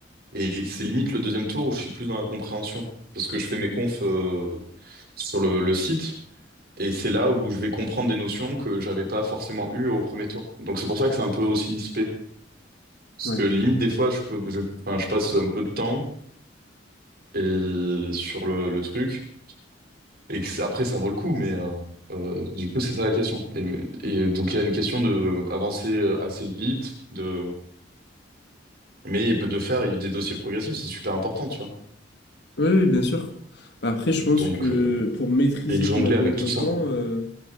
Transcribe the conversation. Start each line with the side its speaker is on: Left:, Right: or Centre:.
Right: Et c'est limite le deuxième tour où je suis plus dans la compréhension parce que je fais mes confs euh, sur le, le site et c'est là où je vais comprendre des notions que j'avais pas forcément eues au premier tour. Donc c'est pour ça que c'est un peu aussi spé parce
Left: ouais.
Right: que limite des fois, je peux, je, enfin, je passe un peu de temps et sur le, le truc. Et que c- après, ça vaut le coup, mais euh, euh, du coup, c'est ça la question. Et, et donc, il y a une question de avancer euh, assez vite, de mais de faire des dossiers progressifs, c'est super important, tu vois.
Left: Oui, oui, bien sûr. Bah, Après, je pense
Right: Donc,
Left: que
Right: euh,
Left: pour maîtriser
Right: et de jongler
Left: complètement
Right: avec
Left: ton
Right: tout ça.
Left: temps, euh,